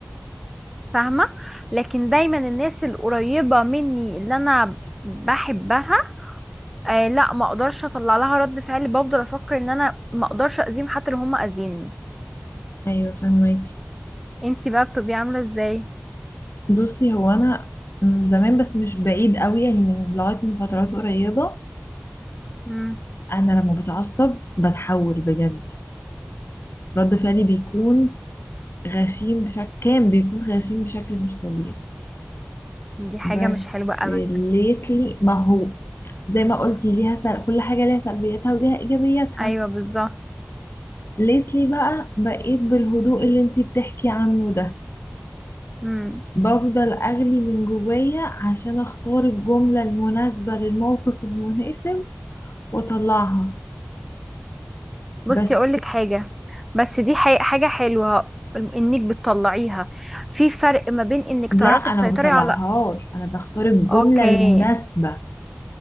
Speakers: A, in the centre; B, on the left.
A: فاهمة لكن دايما الناس القريبة مني اللي انا بحبها آه لا ما اقدرش اطلع لها رد فعل بفضل افكر ان انا ما اقدرش اذيهم حتى لو هم اذيني
B: ايوه فهماكي
A: انتي بقى بتبقي عامله ازاي
B: بصي هو انا م- زمان بس مش بعيد قوي يعني من لغايه من فترات قريبه
A: امم
B: انا لما بتعصب بتحول بجد رد فعلي بيكون غشيم بشكل كان بيكون غشيم بشكل مش طبيعي
A: دي حاجه
B: بس
A: مش حلوه ابدا
B: ليتلي ما هو زي ما قلتي ليها سل... كل حاجة ليها سلبياتها وليها ايجابياتها
A: ايوه بالظبط
B: ليتلي بقى بقيت بالهدوء اللي انتي بتحكي عنه ده
A: امم
B: بفضل اغلي من جوايا عشان اختار الجملة المناسبة للموقف المناسب واطلعها
A: بصي
B: بس
A: اقول لك حاجه بس دي حي- حاجه حلوه انك بتطلعيها في فرق ما بين انك
B: لا
A: تعرفي
B: انا
A: تسيطري
B: ما بطلعهاش
A: على
B: انا بختار الجملة
A: اوكي
B: المناسبة